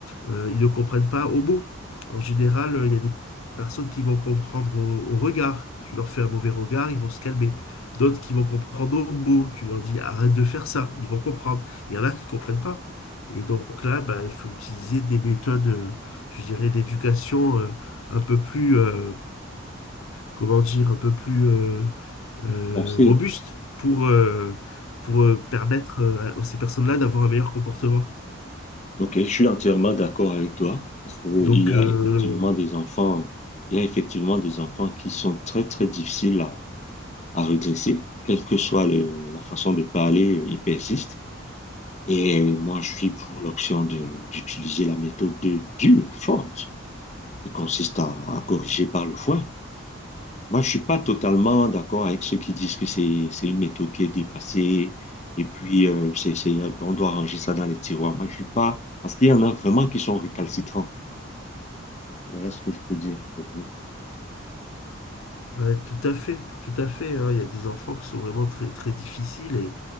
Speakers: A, on the left; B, on the left.
A: euh, ils ne comprennent pas au mot. En général, euh, il y a des personnes qui vont comprendre au, au regard. Tu leur fais un mauvais regard, ils vont se calmer. D'autres qui vont comprendre au mot. Tu leur dis arrête de faire ça, ils vont comprendre. Il y en a qui ne comprennent pas. Et donc là, bah, il faut utiliser des méthodes, euh, je dirais, d'éducation euh, un peu plus, euh, comment dire, un peu plus euh, euh,
B: On sait.
A: robustes pour, euh, pour euh, permettre euh, à- à ces personnes-là d'avoir un meilleur comportement.
B: Ok, je suis entièrement d'accord avec toi parce que
A: Donc,
B: il y
A: euh,
B: a effectivement des enfants, il y a effectivement des enfants qui sont très, très difficiles à, à redresser, quelle que soit le- la façon de parler, euh, ils persistent. Et moi, je suis pour l'option de- d'utiliser la méthode de dure, forte, qui consiste à, à corriger par le foin. Moi, je suis pas totalement d'accord avec ceux qui disent que c'est c'est une méthode qui est dépassée et puis euh, c'est, c'est- on doit ranger ça dans les tiroirs. Moi, je suis pas, parce qu'il y en a vraiment qui sont récalcitrants. Voilà ce que je peux dire pour vous.
A: Ouais, tout à fait, tout à fait. hein. Il y a des enfants qui sont vraiment très, très difficiles et,